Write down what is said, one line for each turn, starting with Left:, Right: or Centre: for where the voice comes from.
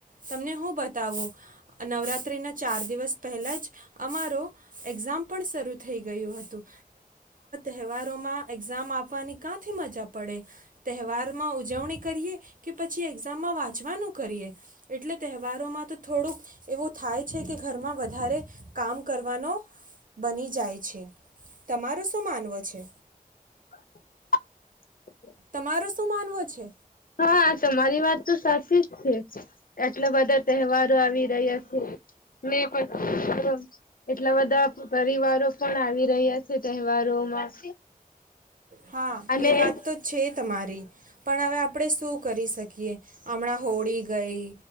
Right: તમને શું બતાવું નવરાત્રિના ચાર દિવસ પહેલા જ અમારો એક્ઝામ પણ શરૂ થઈ ગયું હતું. તહેવારોમાં એક્ઝામ આપવાની ક્યાંથી મજા પ પડે તહેવારમાં ઉજવણી કરીએ કે પછી એક્ઝામમાં વાંચવાનું કરીએ એટલે તહેવારોમાં તો થોડુંક એવું થાય છે કે ઘરમાં વધારે કામ કરવાનો બની જાય છે તમારું શું માનવું છે?
Left: <inaudible>
Right: તમારો શું માનવું છે
Left: હા તમારી વાત તો સાચી જ છે એટલા બધા તહેવારો આવી રહ્યા છે ને પછી એટલા બધા પરિવારો પણ આવી રહ્યા છે તહેવારોમાં
Right: હા
Left: અને-
Right: એ વાત તો છે તમારી પણ હવે આપણે શું કરી શકીએ હમણાં હોળી ગઈ